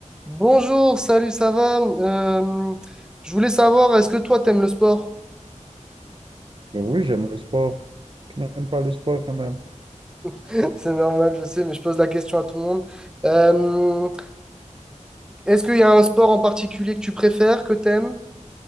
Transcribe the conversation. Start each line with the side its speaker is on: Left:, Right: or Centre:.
Centre: Bonjour, salut, ça va? Euh, je voulais savoir, est-ce que toi, t'aimes le sport?
Right: Oui, j'aime le sport. Qui n'aime pas le sport quand même.
Centre: <laughs> C'est normal, je sais, mais je pose la question à tout le monde. Euh, est-ce qu'il y a un sport en particulier que tu préfères, que t'aimes?